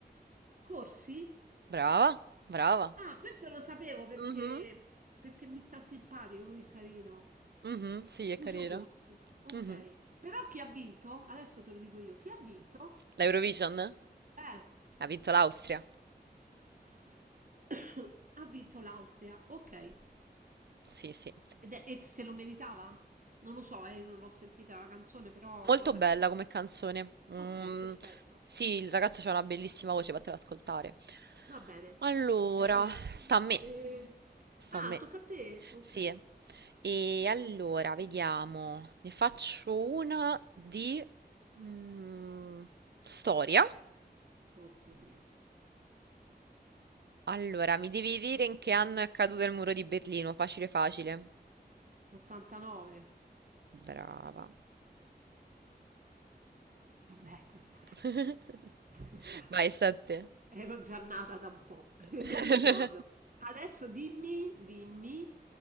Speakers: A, on the right; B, on the right.
A: Corsi?
B: Brava, brava.
A: Ah, questo lo sapevo perché
B: Mhm,
A: perché mi sta simpatico, lui è carino.
B: mhm, sì, è
A: Lucio
B: carino.
A: Corsi. Okay.
B: Mhm.
A: Però chi ha vinto? Adesso te lo dico io. Chi ha vinto?
B: L'Eurovision
A: Eh.
B: ha vinto l'Austria.
A: <coughs> Ha vinto l'Austria. Ok.
B: Sì, sì.
A: Ed è- E se lo meritava? Non lo so, eh, non l'ho sentita la canzone, però
B: Molto
A: vabbè.
B: bella come canzone. Mm,
A: Ok, perfetto.
B: sì, il ragazzo ha una bellissima voce, fatela ascoltare.
A: Va bene.
B: Allora,
A: Eh,
B: sta a me,
A: eh,
B: sta
A: Ah,
B: a me.
A: tocca a te. Ok.
B: Sì. eh. E allora, vediamo, ne faccio una di mm, storia.
A: Oddio mio.
B: Allora, mi devi dire in che anno è caduto il muro di Berlino. Facile, facile.
A: 89.
B: Brava.
A: Vabbè, questa...
B: <laughs>
A: Questa...
B: Vai, sta a te.
A: Ero già nata da un po', <laughs> lo
B: <laughs>
A: ricordo. Adesso dimmi, dimmi,